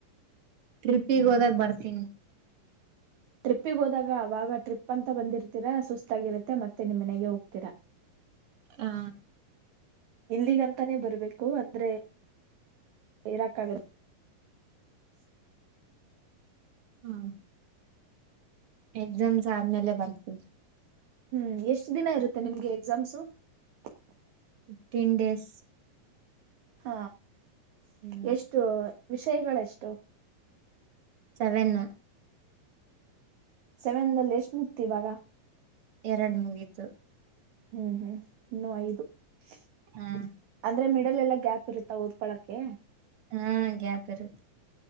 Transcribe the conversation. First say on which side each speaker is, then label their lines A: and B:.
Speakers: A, on the right; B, on the right.
A: ಟ್ರಿಪ್ಪಿಗೆ ಹೋದಾಗ ಬರ್ತೀನಿ
B: ಟ್ರಿಪ್ಪಿಗ ಹೋದಾಗ ಅವಾಗ ಟ್ರಿಪ್ ಪ್ಪ ಅಂತ ಬಂದಿರ್ತೀರ ಸುಸ್ತಾಗಿರತ್ ಮತ್ತೆ ಮತ್ತೆ ನಿಮ್ ಮನೆಗೆ ಹೋಗ್ತೀರ
A: ಹಾ
B: ಇಲ್ಲಿಗಂತನೇ ಬರ್ಬೆಕ್ ಕು ಅಂದ್ರೆ ಇರಕಾಗ <unintelligible>
A: ಹಾ ಎಕ್ಸಾಮ್ಸ್ ಆದ್ಮೇಲೆ ಬರ್ತೀವಿ
B: ಹ್ಮ್ ಎಷ್ಟ್ ದಿನ ಇರುತ್ತೆ ನಿಮ್ಗೆ ಎಕ್ಸಾಮ್ಸು <unintelligible>
A: ಪಿಫ್ಟೀನ್ ಡೇಸ್
B: ಹ <unintelligible>
A: ಹ್ಮ್
B: ಎಷ್ಟು ವಿಷಯಗಳೆಷ್ಟು
A: ಸೆವೆನ್
B: ಸೆವೆನ್ ಅಲ್ಲಿ ಎಷ್ಟು ಮುಗ್ತಿ ಇವಾಗ
A: ಎರಡ್ ಮುಗಿತು.
B: ಹ್ಮ್ ಹ್ಮ್ ಇನ್ನು ಐದು <unintelligible>
A: ಹ
B: ಅಂದ್ರೆ ಮಿಡ್ ಡೆಲ್ ಎಲ್ಲಾ ಗ್ಯಾಪ್ ಇರುತ್ತ ಓದಕೊಳ್ಳೋಕೆ.
A: ಹ್ಮ್ ಗ್ಯಾಪ್ ಇರುತ್